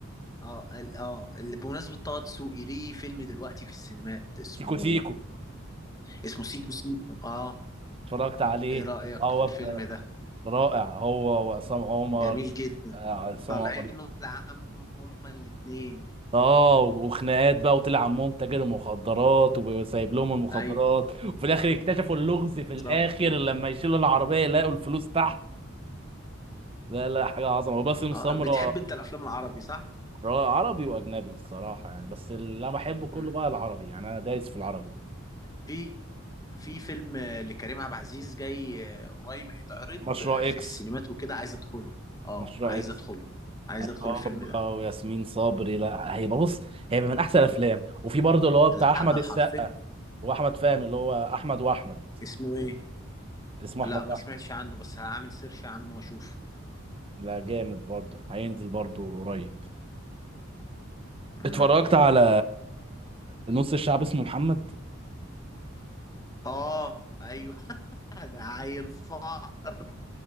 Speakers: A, on the left (about 15°); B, on the right (about 25°).
A: اه ال- اه ال- بمناسبة طه دسوقي ليه فيلم دلوقتي في السينمات اسمه
B: سيكو سيكو
A: اسمه سيكو سيكو اه
B: اتفرجت عليه
A: ايه رأيك
B: هو
A: في الفيلم
B: بت-
A: ده
B: رائع هو وعصام عمر
A: جميل جدا
B: آه، عصام
A: طالعين
B: عمر
A: ولاد عم هما الاتنين
B: اه وخناقات بقى وطلع عمهم تاجر مخدرات وسايب لهم المخدرات
A: ايوه
B: وفي الاخر اكتشفوا اللغز
A: بالظبط
B: في الاخر لما يشيلوا العربيه يلاقوا الفلوس تحت لا لا حاجه عظمه وباسم
A: آه
B: سمره
A: بتحب انت الافلام العربي صح
B: عربي واجنبي الصراحه يعني بس اللي انا بحبه كله
A: مم.
B: بقى العربي يعني انا دايس في العربي
A: في في فيلم آه، لكريم عبد العزيز جاي آه، قريب هيتعرض
B: مشروع
A: آه، في
B: اكس
A: السينمات وكده عايز ادخله اه
B: مشروع
A: عايز
B: اكس
A: ادخله عايز
B: هيبقى
A: ادخل الفيلم ده
B: هو وياسمين صبري لا هيبقى بص هيبقى من احسن الافلام
A: مم.
B: وفي برضه اللي هو بتاع
A: هلحمها
B: احمد السقا
A: حرفيا
B: واحمد فهمي اللي هو احمد واحمد
A: اسمه ايه
B: اسمه احمد
A: لا ما
B: واحمد
A: سمعتش عنه بس هعمل سيرش عنه واشوفه
B: لا جامد برضه هينزل برضه قريب
A: مم.
B: اتفرجت على نص الشعب اسمه محمد
A: اه ايوه <laughs> ده عيل فقر